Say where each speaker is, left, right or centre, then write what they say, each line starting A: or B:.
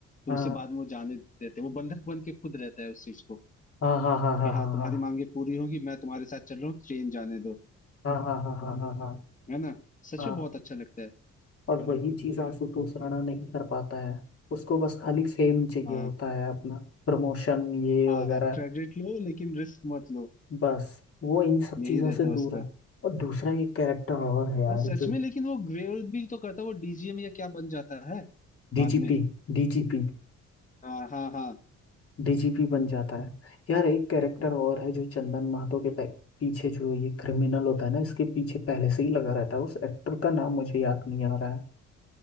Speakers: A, on the left; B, on the left.
A: तो
B: हाँ
A: उसे बाद में वो जाने देते हैं। वो बंधक बन के खुद रहता है उस चीज को
B: हाँ हाँ हाँ हाँ
A: कि हाँ तुम्हारी मांगे पूरी होगी मैं तुम्हारे साथ चल रहा हूँ ट्रेन जाने दो
B: हाँ हाँ हाँ हाँ हाँ हाँ हाँ
A: है ना सच
B: हाँ
A: में
B: हाँ
A: बहुत अच्छा लगता है
B: और वही चीज आशुतोष राणा नहीं कर पाता है उसको बस खाली फेम चाहिए
A: हाँ।
B: होता है अपना प्रमोशन ये
A: हाँ
B: वगैरह
A: क्रेडिट लो लेकिन रिस्क मत लो
B: बस वो इन सब
A: यही
B: चीजों
A: रहता
B: से
A: है
B: दूर
A: उसका
B: है और दूसरा एक कैरेक्टर और है यार
A: और सच
B: जो
A: में लेकिन वो ग्रेव भी तो करता है वो डीजीएम या क्या बन जाता है बाद
B: डीजीपी
A: में
B: डीजीपी
A: हाँ हाँ हाँ
B: डीजीपी बन जाता है यार एक कैरेक्टर और है जो चंदन महतो के पै- पीछे जो ये क्रिमिनल होता है ना इसके पीछे पहले से ही लगा रहता है उस एक्टर का नाम मुझे याद नहीं आ रहा है